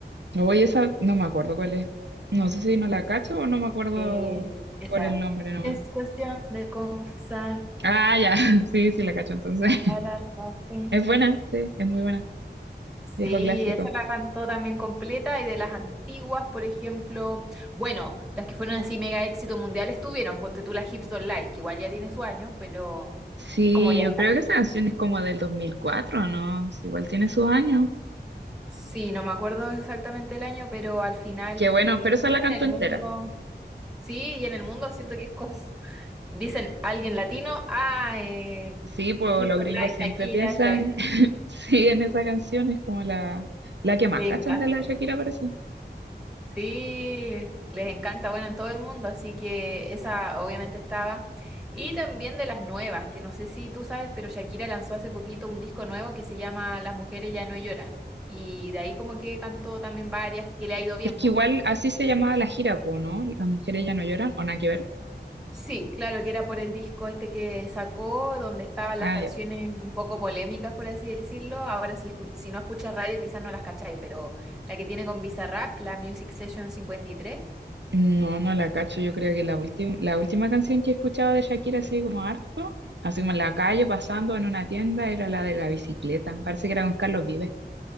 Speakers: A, on the right; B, in the centre.
A: Oye, esa no me acuerdo cuál es. No sé si no la cacho o no me acuerdo
B: Eh, esa
A: por el nombre nomás.
B: es cuestión de confesar
A: Ah, ya, <laughs> sí, sí la cacho entonces. <laughs>
B: para hacer.
A: Es buena, sí, es muy buena.
B: Sí,
A: Viejo clásico.
B: esa la cantó también completa y de las antiguas, por ejemplo, bueno, las que fueron así mega éxito mundial estuvieron, ponte tú la Hips Don't Lie, que igual ya tiene su año, pero
A: Sí,
B: es como ya
A: yo creo que esa canción es como del 2004, ¿no? Sí, igual tiene sus años.
B: Sí, no me acuerdo exactamente el año, pero al final,
A: Qué bueno, pero esa
B: dijo
A: la canto
B: en el
A: entera.
B: mundo, sí, y en el mundo siento que es como, <laughs> dicen alguien latino, ah, eh,
A: Sí, pues
B: Hit
A: los
B: by
A: gringos
B: Light,
A: siempre
B: Shakira,
A: piensan
B: Shakira,
A: Sí, en esa canción es como la, la que más
B: les
A: cachan
B: encanta,
A: de la Shakira, parece.
B: sí, les encanta, bueno, en todo el mundo, así que esa obviamente estaba. Y también de las nuevas, que no sé si tú sabes, pero Shakira lanzó hace poquito un disco nuevo que se llama Las mujeres ya no lloran, y de ahí como que cantó también varias que le ha ido bien,
A: Es que
B: po.
A: igual así se llamaba la gira, po, ¿no? Las mujeres ya no lloran, o nada que ver.
B: Sí, claro, que era por el disco este que sacó, donde estaban las
A: Ah,
B: canciones
A: ya.
B: un poco polémicas, por así decirlo. Ahora, si, escu- si no escuchas radio, quizás no las cacháis, pero la que tiene con Bizarrap, la Music Session 53.
A: No, no la cacho. Yo creo que la última, la última canción que escuchaba de Shakira, así como harto, así como en la calle, pasando en una tienda, era la de la bicicleta. Parece que era con Carlos Vives.